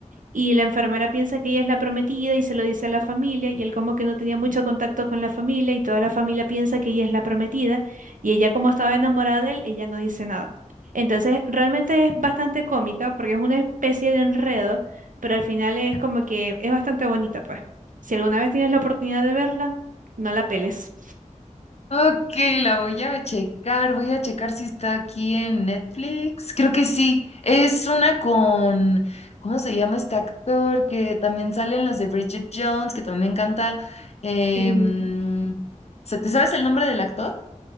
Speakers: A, on the right; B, on the left.
A: y la enfermera piensa que ella es la prometida y se lo dice a la familia y él como que no tenía mucho contacto con la familia y toda la familia piensa que ella es la prometida y ella como estaba enamorada de él, ella no dice nada. Entonces realmente es bastante cómica porque es una especie de enredo, pero al final es como que es bastante bonita pues. Si alguna vez tienes la oportunidad de verla, no la peles.
B: Ok, la voy a checar, voy a checar si está aquí en Netflix. Creo que sí. Es una con, ¿cómo se llama este actor? Que también sale en las de Bridget Jones, que también me encanta. Em,
A: Mm.
B: ¿se- ¿te sabes el nombre del actor?